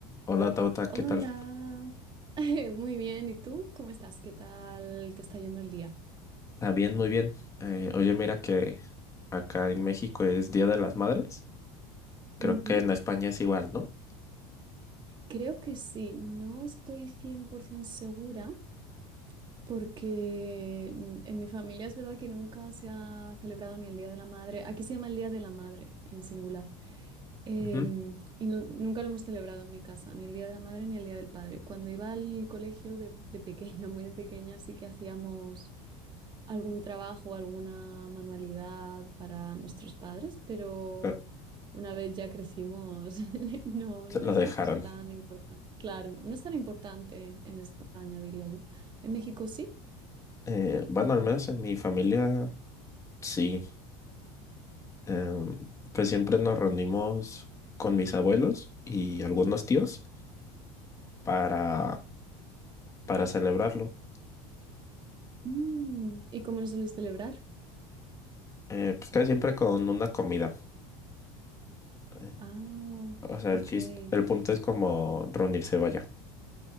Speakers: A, on the left; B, on the right.
A: Hola Tauta, ¿qué
B: Hola,
A: tal?
B: <laughs> muy bien. ¿Y tú? ¿Cómo estás? ¿Qué tal te está yendo el día?
A: Ah, bien, muy bien. Eh, oye, mira que acá en México es Día de las Madres. Creo
B: Ujú.
A: que en España es igual, ¿no?
B: Creo que sí, no estoy 100% segura porque mm, en mi familia es verdad que nunca se ha celebrado ni el Día de la Madre. Aquí se llama el Día de la Madre en singular. Em,
A: Ujú.
B: y nu- nunca lo hemos celebrado en mi casa, ni el Día de la Madre ni el Día del Padre. Cuando iba al colegio de, de pequeña, <laughs> muy de pequeña, sí que hacíamos algún trabajo, alguna manualidad para nuestros padres, pero
A: Claro.
B: una vez ya crecimos, <laughs> no,
A: Se
B: no
A: lo
B: es
A: dejaron.
B: una cosa tan importante. Claro, no es tan importante en España, diría yo. En México sí.
A: Eh, bueno, al menos en mi familia, sí. Em, pues siempre nos reunimos con mis abuelos y algunos tíos para, para celebrarlo.
B: Mm, ¿y cómo lo soléis celebrar?
A: Eh, pues casi siempre con una comida. Eh,
B: Ah,
A: o sea,
B: ok.
A: el chiste, el punto es como reunirse, vaya.